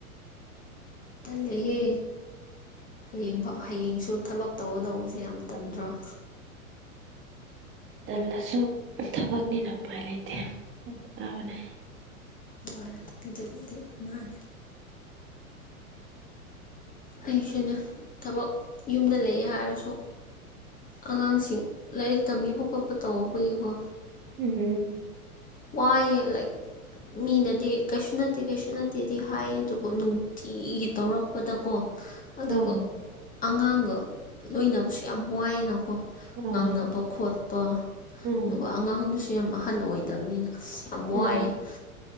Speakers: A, on the left (about 20°); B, on the right (about 25°).
A: ꯇꯜꯔ° ꯍꯦ ꯍꯌꯦꯡ ꯐꯥꯎ ꯍꯌꯦꯡꯁꯨ ꯊꯕꯛ ꯇꯧꯒꯗꯧꯕꯁꯦ ꯌꯥꯝ ꯇꯟꯗ꯭ꯔꫭ
B: ꯇꯜꯂꯁꯨ ꯊꯕꯛꯅꯤꯅꯥ ꯎꯄꯥꯏ ꯂꯩꯇꯦ ꯇꯧꯕ ꯇꯥꯕꯅꯦ
A: ꯍꯣꯏ ꯑꯗꯨꯕꯨꯗꯤ ꯃꯥꯅꯦ ꯑꯩꯁꯤꯅꯦ ꯊꯕꯛ ꯌꯨꯝꯗ ꯂꯩꯌꯦ ꯍꯥꯏꯔꯁꯨ ꯑꯉꯥꯡꯁꯤꯡ ꯂꯥꯏꯔꯤꯛ ꯇꯝꯕꯤꯕ ꯈꯣꯠꯄ ꯇꯧꯕꯧꯕꯒꯤꯀꯣ
B: ꯎꯝ
A: ꯋꯥꯌꯦ ꯂꯩ ꯃꯤꯅꯗꯤ ꯀꯩꯁꯨ ꯅꯠꯇꯦ ꯀꯩꯁꯨ ꯅꯠꯇꯦꯗꯤ ꯍꯥꯏꯌꯦ ꯑꯗꯨꯕꯨ ꯅꯨꯡꯇꯤꯒꯤ ꯇꯧꯔꯛꯄꯗꯀꯣ ꯑꯗꯨꯒ
B: ꯑꯥ
A: ꯑꯉꯥꯡꯒ ꯂꯣꯏꯅꯕꯁꯨ ꯌꯥꯝ ꯋꯥꯏꯅꯀꯣ
B: ꯑꯥ
A: ꯉꯥꯡꯅꯕ ꯈꯣꯠꯄ
B: ꯎꯝ
A: ꯑꯗꯨꯒ ꯑꯉꯥꯡꯗꯨꯁꯨ ꯌꯥꯝ ꯑꯍꯟ ꯑꯣꯏꯗꯕꯅꯤꯅ ꯑꯁ ꯌꯥꯝ
B: ꯎꯝ
A: ꯋꯥꯏꯌ°